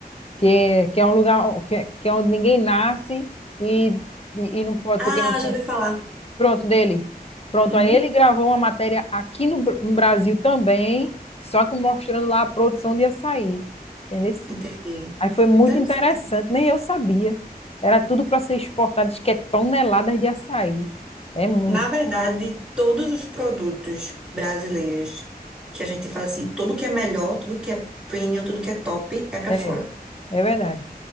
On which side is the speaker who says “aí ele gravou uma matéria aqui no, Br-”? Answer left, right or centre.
Left